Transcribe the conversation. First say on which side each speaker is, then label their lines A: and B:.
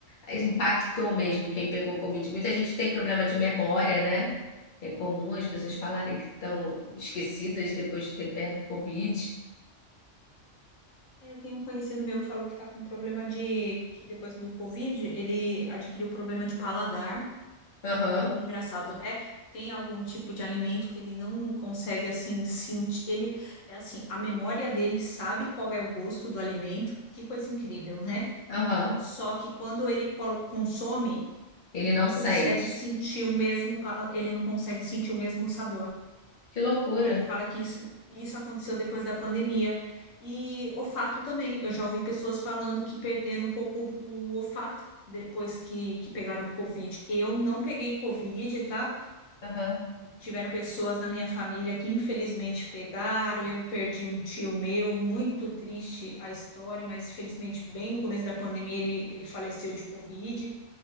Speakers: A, on the left; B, on the left.
A: impactou mesmo quem pegou Covid. Muita gente tem problema de memória, né? É comum as pessoas falarem que estão esquecidas depois de ter pego Covid.
B: Eu tenho um conhecido meu que falou que está com problema de, que depois do Covid, ele adquiriu problema de paladar.
A: Aham,
B: Tem- engraçado, né? Tem algum tipo de alimento que ele não consegue, assim, sentir. Ele, é assim, a memória dele sabe qual é o gosto do alimento. Que coisa incrível, né?
A: aham.
B: Só que quando ele col- consome,
A: Ele
B: ele
A: não
B: não
A: sente.
B: consegue sentir o mesmo, pa- ele não consegue sentir o mesmo sabor.
A: Que loucura.
B: E ele fala que isso, isso aconteceu depois da pandemia. E olfato também. Eu já ouvi pessoas falando que perderam um pouco o olfato depois que, que pegaram o Covid. Eu não peguei Covid, tá?
A: Aham.
B: Tiveram pessoas na minha família que infelizmente pegaram. Eu perdi um tio meu, muito triste a história, mas felizmente bem no começo da pandemia ele, ele faleceu de Covid.